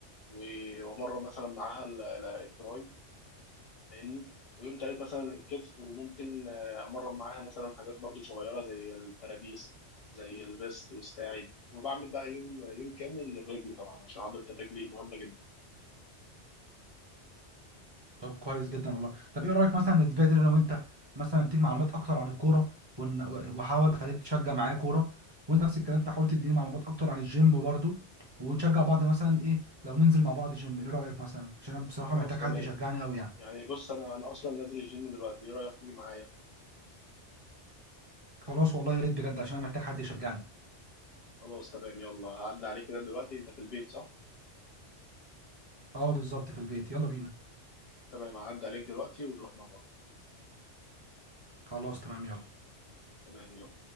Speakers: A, on the left; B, on the right.
A: و- وامرن مثلا معاها ال- ال- التراي فاهمني ويوم تالت مثلا الكتف وممكن آه، امرن معاها مثلا حاجات برضو صغيره زي الترابيس زي الريست والساعد وبعمل بقى يوم يوم كامل للرجل طبعا عشان عضله الرجل مهمه جدا
B: طب كويس جدا والله طب ايه رايك مثلا نتبادل انا وانت مثلا اديك معلومات اكتر عن الكوره ون- واحاول اخليك تشجع معايا كوره وانت نفس الكلام تحاول تديني معلومات اكتر عن الجيم برضه ونشجع بعض مثلا ايه لو ننزل مع بعض جيم ايه رايك مثلا عشان انا بصراحه
A: خلاص
B: محتاج
A: تمام
B: حد يشجعني قوي يعني
A: يعني بص انا انا اصلا نازل الجيم دلوقتي ايه رايك تيجي معايا
B: خلاص والله يا ريت بجد عشان انا محتاج حد يشجعني
A: خلاص تمام يلا هعدي عليك كده دلوقتي انت في البيت صح
B: اه بالظبط في البيت يلا بينا
A: تمام هعدي عليك دلوقتي ونروح مع بعض
B: خلاص تمام يلا
A: تمام يلا